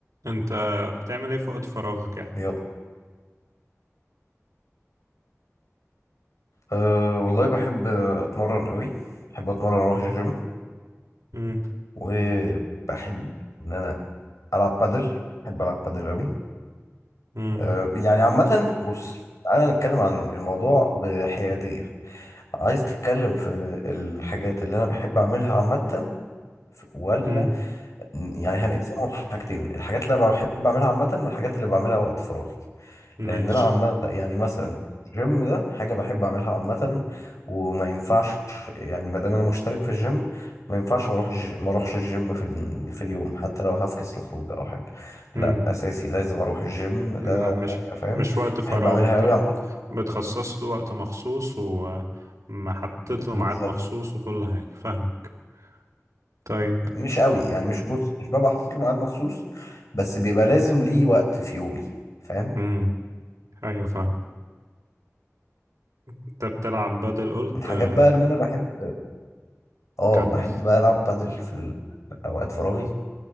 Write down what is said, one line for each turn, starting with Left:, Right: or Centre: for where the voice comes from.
Right: انت بتعمل ايه في وقت فراغك يعني
Left: يلا أه والله بحب اتمرن قوي بحب اتمرن اروح الجيم
Right: امم
Left: وبحب ان انا العب بادل بحب العب بادل قوي
Right: امم
Left: أه يعني عامه بص انا نتكلم عن الموضوع بحياديه عايز تتكلم في الحاجات اللي انا بحب اعملها عامه ف- ولا
Right: امم
Left: ن- يعني هنقسمهم حاجتين الحاجات اللي أنا بحب اعملها عامه والحاجات اللي بعملها وقت فراغي
Right: ماشي
Left: لان انا عم يعني مثلا الجيم ده حاجه بحب اعملها عامه وما ينفعش يعني ما دام انا مشترك في الجيم ما ينفعش ما اروحش ما اروحش الجيم في ال- في اليوم حتى لو هفكس لخروج او حاجه لا
Right: امم
Left: اساسي لازم اروح الجيم ده
Right: يبقى مش
Left: حاجه فاهم
Right: مش وقت فراغ
Left: بحب اعملها
Right: انت
Left: قوي
Right: بت...
Left: عامه
Right: بتخصص له وقت مخصوص ومحطط
Left: بالظبط
Right: له ميعاد مخصوص وكل حاجة فاهمك طيب
Left: مش قوي يعني مش بص مش ببقى حاطط له ميعاد مخصوص بس بيبقى لازم ليه وقت في يومي فاهم
Right: امم ايوه فاهم انت بتلعب بدل قلت
Left: الحاجات
Right: آه،
Left: بقى ان انا بحب اه
Right: كمل
Left: بحب بقى العب بادل في ال- اوقات فراغي